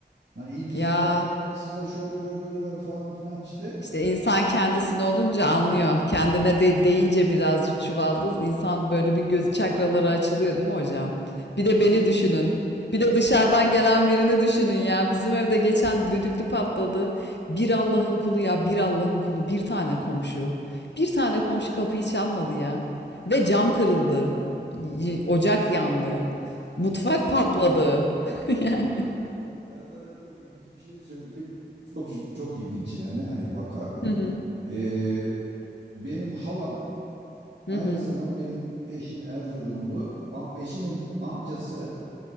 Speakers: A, on the right (about 80°); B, on the left (about 75°).
A: Hani ilgisizler,
B: Ya
A: alakasızlar, şöyleler, böyleler falan filan işte.
B: İşte insan kendisine olunca anlıyor. Kendine de deyince birazcık çuvaldız. İnsan böyle bir göz çakraları açılıyor değil mi hocam? Bir
A: Açıl
B: de beni düşünün.
A: inanamadım
B: Bir de dışarıdan
A: ben.
B: gelen birini düşünün ya. Bizim evde geçen düdüklü patladı. Bir Allah'ın kulu ya, bir Allah'ın kulu. Bir tane komşu. Bir tane komşu kapıyı çalmadı ya. Ve cam kırıldı. Y- Ocak yandı.
A: Ben sana hiçbir
B: Mutfak
A: şey söyleyeyim.
B: patladı. <laughs>
A: <laughs>
B: Yani.
A: Bak şimdi ben sana çok ilginç bir şey söyleyeyim. Çok çok ilginç yani hani vaka.
B: Hı hı
A: Ee, benim halam aynı
B: hı hı.
A: zamanda benim eşim Erzurumlu. Am eşimin amcasının